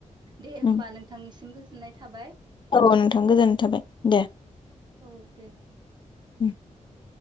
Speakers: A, on the right (about 35°); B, on the left (about 40°).
A: दे होमबा
B: उम
A: नोंथांनिसिम गोज नाय थाबाय।
B: औ नोंथां गोजोननाय थाबाय दे
A: औ दे।
B: <unintelligible>